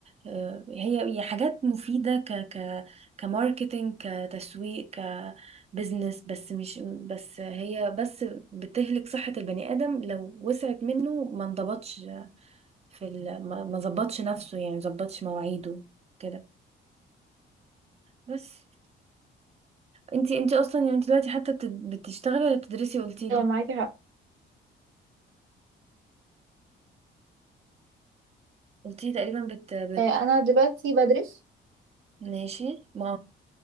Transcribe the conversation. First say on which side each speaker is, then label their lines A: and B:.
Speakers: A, on the right; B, on the right.
A: آه، هي هي حاجات مفيدة ك ك كماركتينج كتسويق كبزنس بس مش بس هي بس بتهلك صحة البني آدم لو وسعت منه ما انضبطش في ال ما ما ظبطش نفسه يعني ما ظبطش مواعيده كده بس انتي انتي اصلا يعني انتي دلوقتي حتى بت- بتشتغلي ولا بتدرسي قلتيلي
B: ايوه معاكي حق
A: قلتيلي تقريبا بت بت
B: آه، انا دلوقتي بدرس
A: ماشي ما